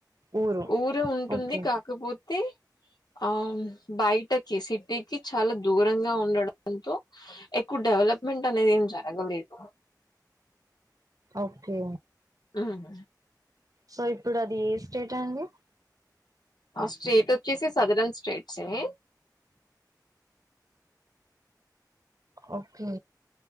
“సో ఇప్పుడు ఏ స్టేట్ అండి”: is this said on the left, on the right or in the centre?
Right